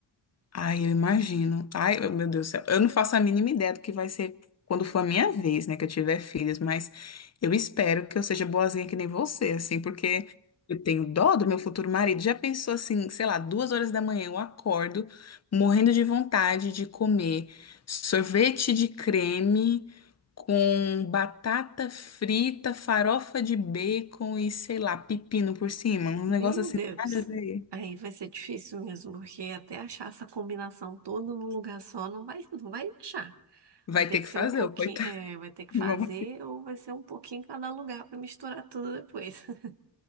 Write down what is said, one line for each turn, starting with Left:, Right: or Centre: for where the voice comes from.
Left: Ai, eu imagino. Ai, eu- meu Deus do céu. Eu não faço a mínima ideia do que vai ser quando for a minha vez, né, que eu tiver filhos, mas eu espero que eu seja boazinha que nem você, assim, porque eu tenho dó do meu futuro marido. Já pensou assim, sei lá, duas horas da manhã eu acordo morrendo de vontade de comer sorvete de creme com batata frita, farofa de bacon e, sei lá, pepino por cima. Um
Right: Meu
Left: negócio assim,
Right: Deus.
Left: nada a ver.
Right: Aí vai ser difícil mesmo, porque até achar essa combinação toda num lugar só não vai, não vai achar.
Left: Vai
Right: Vai ter
Left: ter
Right: que
Left: que
Right: ser
Left: fazer,
Right: um pouquinho,
Left: ô, coitado.
Right: é, vai ter que
Left: <laughs>
Right: fazer ou vai ser um pouquinho em cada lugar para misturar tudo depois. <laughs>